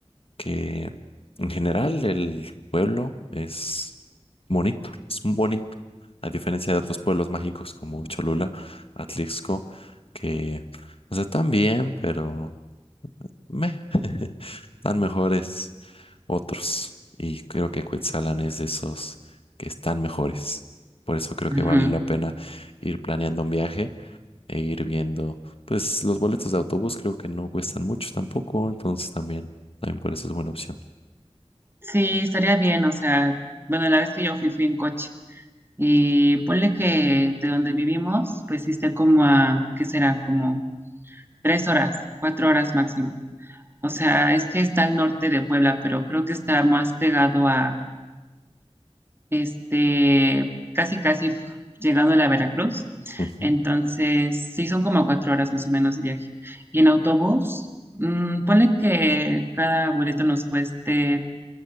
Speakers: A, on the left; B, on the right.
A: que en general el pueblo es bonito, es un bonito, a diferencia de otros pueblos mágicos como Cholula, Atlixco, que, o sea, están bien, pero meh, <laughs> están mejores otros. Y creo que Quetzalan es de esos que están mejores. Por eso creo
B: ujú.
A: que vale la pena ir planeando un viaje e ir viendo. Pues los boletos de autobús creo que no cuestan mucho tampoco, entonces también, también por eso es buena opción.
B: Sí, estaría bien, o sea, bueno, la vez que yo fui, fui en coche. Y ponle que de donde vivimos, pues sí está como a, ¿qué será? Como tres horas, cuatro horas máximo. O sea, es que está al norte de Puebla, pero creo que está más pegado a, este, casi, casi llegando a la Veracruz.
A: Ujú.
B: Entonces, sí, son como cuatro horas más o menos de viaje. Y en autobús, mm, ponle que cada boleto nos cueste